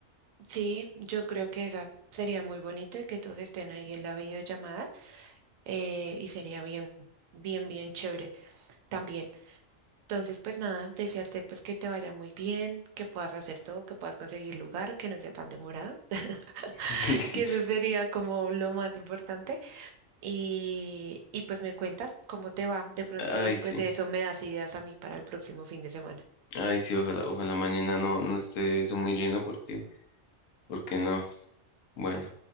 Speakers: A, on the right (about 85°); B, on the left (about 80°).
A: Sí, yo creo que esa sería muy bonito y que todos estén ahí en la videollamada eh, y sería bien, bien, bien chévere también. Entonces, pues nada, desearte pues que te vaya muy bien, que puedas hacer todo, que puedas conseguir lugar, que no sea tan demorado,
B: <laughs>
A: <laughs>
B: Y sí,
A: que eso sería como lo más importante. Y, y pues me cuentas cómo te va. De pronto
B: Ay,
A: después
B: sí.
A: de eso me das ideas a mí para el próximo fin de semana.
B: Ay, sí, ojalá, ojalá mañana no, no esté eso muy lleno porque, porque no. Bueno,